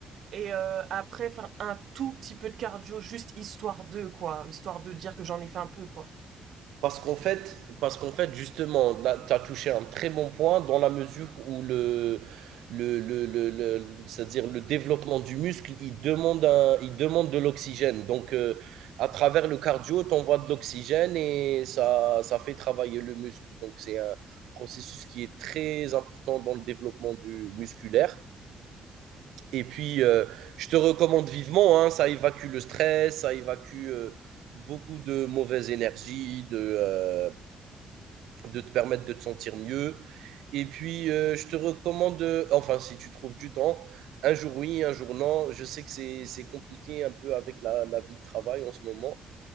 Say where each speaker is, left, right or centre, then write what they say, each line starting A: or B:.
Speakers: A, on the right; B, on the right.
A: et euh, après faire un tout petit peu de cardio, juste histoire de quoi, histoire de dire que j'en ai fait un peu quoi.
B: Parce qu'en fait, parce qu'en fait, justement, là, tu as touché un très bon point dans la mesure où le, le, le, le, le- c'est-à-dire le développement du muscle, il demande un, il demande de l'oxygène. Donc, euh, à travers le cardio, tu envoies de l'oxygène et ça, ça fait travailler le muscle. Donc, c'est un processus qui est très important dans le développement du musculaire. Et puis, euh, je te recommande vivement, hein, ça évacue le stress, ça évacue euh, beaucoup de mauvaises énergies, de, euh, de te permettre de te sentir mieux. Et puis, euh, je te recommande, euh, enfin, si tu trouves du temps, un jour oui, un jour non. Je sais que c'est c'est compliqué un peu avec la, la vie de travail en ce moment.